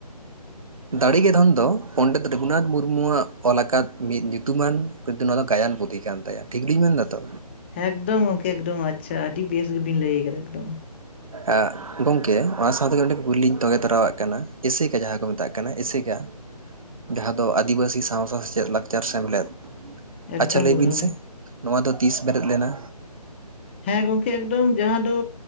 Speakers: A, on the right (about 55°); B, on the left (about 15°).
A: ᱫᱟᱲᱮᱜᱮ ᱫᱷᱚᱱ ᱫᱚ ᱯᱚᱱᱰᱤᱛ ᱨᱚᱜᱷᱩᱱᱟᱛᱷ ᱢᱩᱨᱢᱩᱣᱟᱜ ᱚᱞ ᱟᱠᱟᱫ ᱢᱤᱫ ᱧᱩᱛᱩᱢᱟᱱ ᱠᱤᱱᱛᱩ ᱱᱚᱣᱟ ᱫᱚ ᱜᱟᱭᱟᱱ ᱯᱩᱛᱷᱤ ᱠᱟᱱ ᱛᱟᱭᱟ ᱴᱷᱤᱠ ᱞᱤᱧ ᱢᱮᱱ ᱫᱟᱛᱚ?
B: ᱮᱠᱫᱚᱢ ᱜᱚᱝᱠᱮ ᱮᱠᱫᱚᱢ ᱟᱪᱪᱷᱟ ᱟᱹᱰᱤ ᱵᱮᱥ ᱜᱮᱵᱤᱱ ᱞᱟᱹᱭ ᱠᱟᱫᱟ ᱮᱠᱫᱚᱢ ᱾
A: ᱟᱜ ᱜᱚᱝᱠᱮ ᱚᱱᱟ ᱥᱟᱶᱛᱮ ᱢᱤᱫᱴᱮᱱ ᱠᱩᱠᱞᱤ ᱞᱤᱧ ᱛᱚᱸᱜᱮ ᱛᱚᱨᱟᱣᱟᱜ ᱠᱟᱱᱟ ᱮᱥᱮᱠᱟ ᱡᱟᱦᱟᱸ ᱠᱚ ᱢᱮᱛᱟᱜ ᱠᱟᱱᱟ ᱮᱥᱮᱠᱟ ᱡᱟᱦᱟᱸ ᱫᱚ ᱟᱹᱫᱤᱵᱟᱹᱥᱤ ᱥᱟᱶᱛᱟ ᱥᱮᱪᱮᱫ ᱞᱟᱠᱪᱟᱨ ᱥᱮᱢᱞᱮᱫ ᱾
B: ᱮᱠᱫᱚᱢ
A: ᱟᱪᱷᱟ ᱞᱟᱹᱭ
B: ᱜᱚᱢᱠᱮ
A: ᱵᱤᱱ ᱥᱮ, ᱱᱚᱣᱟ ᱫᱚ ᱛᱤᱥ ᱵᱮᱨᱮᱫ ᱞᱮᱱᱟ?
B: ᱦᱮᱸ ᱜᱚᱝᱠᱮ ᱮᱠᱫᱚᱢ ᱡᱟᱦᱟᱸ ᱫᱚ᱾